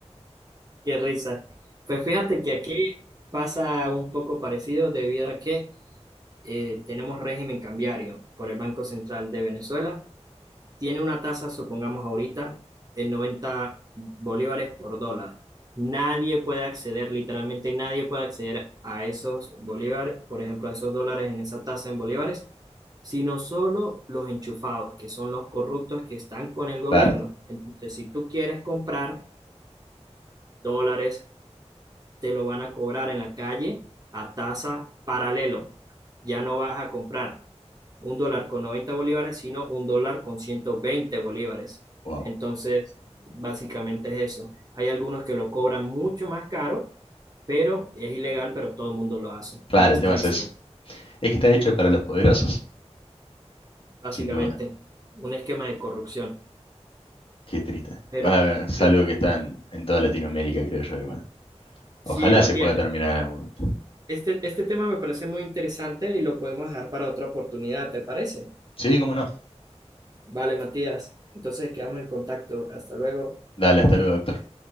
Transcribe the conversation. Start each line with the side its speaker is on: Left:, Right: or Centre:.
Right: qué risa. Pues fíjate que aquí pasa un poco parecido debido a que eh, tenemos régimen cambiario por el Banco Central de Venezuela tiene una tasa, supongamos ahorita, en 90 bolívares por dólar. Nadie puede acceder, literalmente nadie puede acceder a esos bolívares, por ejemplo, a esos dólares en esa tasa en bolívares, sino solo los enchufados, que son los corruptos que están con el gobierno.
Left: Claro,
Right: Entonces, si tú quieres comprar dólares, te lo van a cobrar en la calle a tasa paralelo ya no vas a comprar un dólar con 90 bolívares, sino un dólar con 120 bolívares.
Left: wow.
Right: Entonces, básicamente es eso. Hay algunos que lo cobran mucho más caro, pero es ilegal, pero todo el mundo lo hace
Left: Claro,
Right: y es
Left: el tema
Right: triste,
Left: es eso. Es que está hecho para los poderosos,
Right: básicamente,
Left: sin duda.
Right: un esquema de corrupción.
Left: Qué triste.
Right: Pero,
Left: Bueno, A ver, es
Right: pero
Left: algo que está en, en toda Latinoamérica, creo yo, igual.
Right: sí,
Left: Ojalá
Right: Matías,
Left: se pueda terminar en algún momento.
Right: este, este tema me parece muy interesante y lo podemos dejar para otra oportunidad, ¿te parece?
Left: Sí, cómo no.
Right: Vale, Matías, entonces quedamos en contacto. Hasta luego.
Left: Dale, hasta luego, doctor.